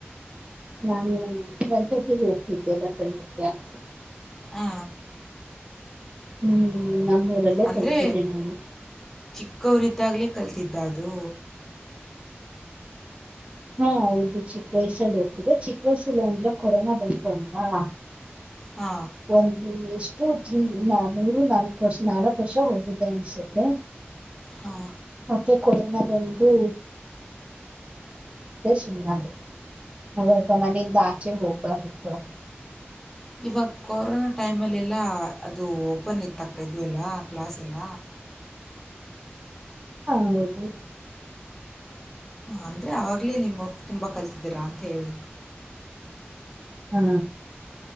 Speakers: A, on the right; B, in the centre.
A: ನಾನು ಸರಕತಿಗೆ ಹೋಗ್ತಿದ್ದೆ ಬಸಂ <unintelligible> <inaudible>
B: ಹಾ
A: ಹ್ಮ್ ನಮ್ಮೂರಲ್ಲೇ
B: ಅಂದ್ರೆ
A: ಕಲ್ತಿದ್ದೆ ನಾನು
B: ಚಿಕ್ಕವರಿದ್ದಾಗ್ಲೇ ಕಲ್ತಿದ್ದ ಅದು
A: ಹಾ ಹದು ಚಿಕ್ಕ ವಯಸ್ಸಲ್ಲಿ ಹೋಗ್ತಿದೆ ಚಿಕ್ಕ ವಯಸ್ಸಲ್ಲಿ ಅಂದ್ರೆ ಕೊರೋನಾ ಬಂತು ಅಲ್ವಾ
B: ಹಾ
A: ಒಂದು ಎಷ್ಟು ತ್ರೀ ಮೂರು ನಾಲ್ಕು ವರ್ಷ ನಾಲ್ಕು ವರ್ಷ ಹೋಗಿದ್ದೆ ಅನ್ಸುತ್ತೆ
B: ಹಾ
A: ಮತ್ತೆ ಕೊರೋನಾ ಬಂದು ಚುನ್ನ ಅವಾಗ ಮನೆಯಿಂದ ಆಚೆ ಹೋಗ್ಬೇಕಡ
B: ಇವಾಗ ಕೊರೋನಾ ಟೈಮಲ್ಲೆಲ್ಲ ಅದು ಓಪನ್ ಇತ್ತು ತಕ್ಕ ಇದು ಎಲ್ಲ ಕ್ಲಾಸೆಲ್ಲ
A: ಹಾ ಹೌದು
B: ಅಂದರೆ ಆವಾಗಲೇ ನಿಮ್ಮ ತುಂಬ ಕಲತಿದ್ದೀರಾ ಅಂತ ಹೇಳಿ
A: ಹಾ